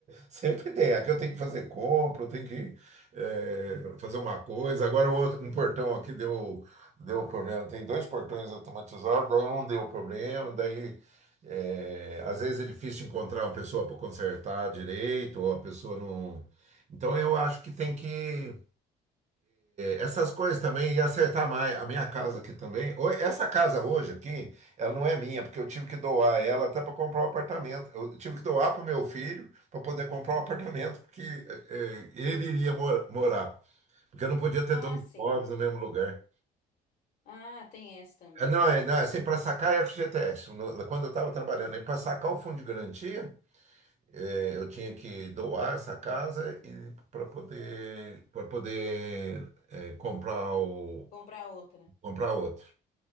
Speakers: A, on the right; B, on the left.
A: Sempre tem. Aqui eu tenho que fazer compra, eu tenho que eh, fazer uma coisa. Agora o outro, um portão aqui deu, deu problema. Tem dois portões automatizados, daí um deu problema, daí eh, às vezes é difícil encontrar uma pessoa para consertar direito, ou a pessoa não. Então eu acho que tem que essas coisas também e acertar mais. A minha casa aqui também. Ho- Essa casa hoje aqui, ela não é minha, porque eu tive que doar ela até para comprar um apartamento. Eu tive que doar para o meu filho para poder comprar um apartamento, porque eh, ele iria mora- morar. Porque eu não podia ter
B: Ah,
A: dois
B: sim.
A: imóveis no mesmo lugar.
B: Ah, tem essa também.
A: Ah, Não, é, não, é assim, para sacar é FGTS. No- quando eu estava trabalhando, e para sacar o fundo de garantia, eh, eu tinha que doar essa casa e para poder, para poder eh, comprar o,
B: Comprar outra.
A: comprar outro.